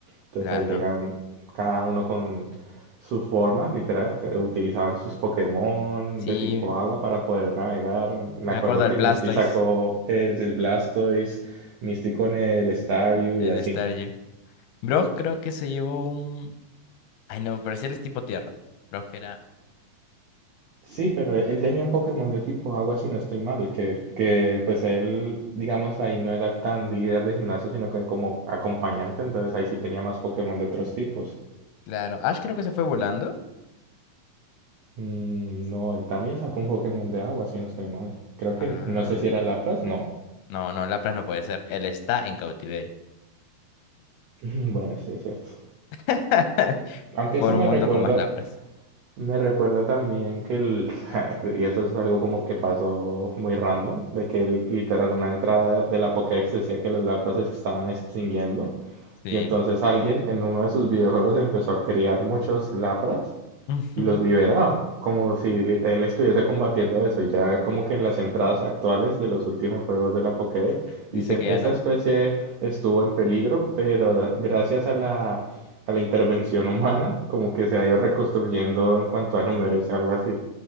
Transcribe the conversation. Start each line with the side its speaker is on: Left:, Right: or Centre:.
Right: Entonces
Left: claro.
Right: ahí llegan cada uno con su forma, literal, que utilizaban sus Pokémon
Left: Sí,
Right: de tipo agua para poder navegar. Me
Left: me
Right: acuerdo
Left: acuerdo del
Right: que
Left: Blastoise,
Right: Misty sacó eh, el Blastoise, Misty con el Staryu
Left: el
Right: y así.
Left: de Staryu. Brock creo que se llevó un... Ay, no, me parecía el tipo tierra. Brock era...
Right: Sí, pero él él tenía un Pokémon de tipo agua, si no estoy mal, que, que pues él, digamos, ahí no era tan líder de gimnasio, sino que como acompañante, entonces ahí sí tenía más Pokémon de otros tipos.
Left: Claro. Ash creo que se fue volando.
Right: Mm, no, él también sacó un Pokémon de agua, si no estoy mal. Creo que
Left: Ah.
Right: no sé si era Lapras, no.
Left: No, no, Lapras no puede ser. Él está en cautiverio.
Right: <laughs> Bueno, sí, es cierto.
Left: <laughs>
Right: Aunque eso
Left: Por
Right: me
Left: un mundo
Right: recuerda,
Left: con más Lapras.
Right: me recuerda también que el, <laughs> y eso es algo como que pasó muy random, de que el- literal una entrada de la Pokédex decía que los Lapras se estaban extinguiendo.
Left: Sí.
Right: Y entonces alguien en uno de sus videojuegos empezó a criar muchos lapras
Left: Ujú.
Right: y los liberaba, como si li- él estuviese combatiendo eso. Y ya como que en las entradas actuales de los últimos juegos de la Pokédex
Left: Dice
Right: dicen,
Left: que ya
Right: esta
Left: no.
Right: especie estuvo en peligro, pero da- gracias a la, a la intervención humana, como que se ha ido reconstruyendo en cuanto a números, algo así.